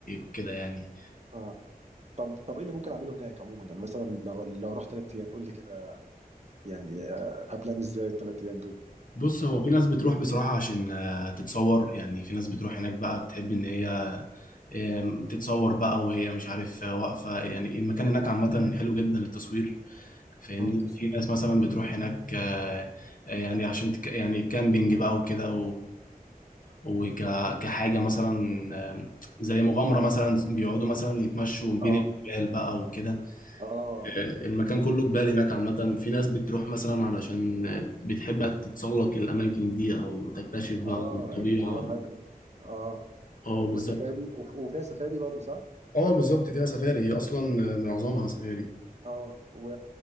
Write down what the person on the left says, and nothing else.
وكده يعني
بص هو في ناس بتروح بصراحة عشان آه، تتصور يعني في ناس بتروح هناك بقى بتحب ان هي آم، تتصور بقى وهي مش عارف آه، واقفة يعني المكان هناك عامة حلو جدا للتصوير فاهمني
في ناس مثلا بتروح هناك آه، آه، يعني عشان تك- يعني كامبينج بقى وكده وك كحاجة مثلا آم، زي مغامرة مثلا بيقعدوا مثلا يتمشوا بين
الجبال بقى وكده
آه، المكان كله جبال هناك عامة في ناس بتروح مثلا علشان آه، بتحب تتسلق الأماكن دي أو تكتشف بقى
الطبيعة
اه بالظبط
اه بالظبط فيها سفاري هي أصلا آه، معظمها سفاري